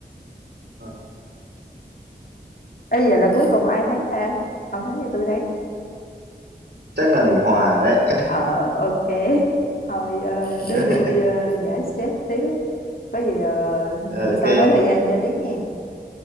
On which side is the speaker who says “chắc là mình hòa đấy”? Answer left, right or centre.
Right